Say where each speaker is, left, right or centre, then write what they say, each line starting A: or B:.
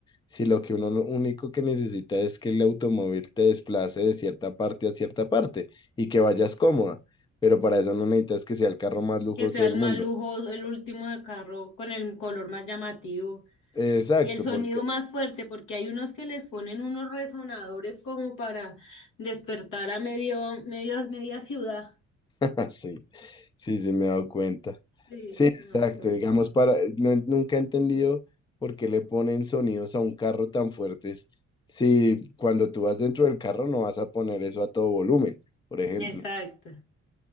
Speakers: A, on the left; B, on the left.
A: Si lo que uno no- único que necesita es que el automóvil te desplace de cierta parte a cierta parte y que vayas cómoda, pero para eso no necesitas que sea el carro más lujoso
B: Que sea
A: del
B: el
A: mundo.
B: más lujo, el último de carro con el color más llamativo.
A: Exacto,
B: Y el sonido
A: porque
B: más fuerte, porque hay unos que les ponen unos resonadores como para despertar a medio, medio, media ciudad.
A: <laughs> así. Sí, sí, me he dado cuenta.
B: Sí,
A: Sí, exacto.
B: no, eso no.
A: Digamos, para, no- nunca he entendido por qué le ponen sonidos a un carro tan fuertes si cuando tú vas dentro del carro no vas a poner eso a todo volumen, por ejemplo.
B: Exacto.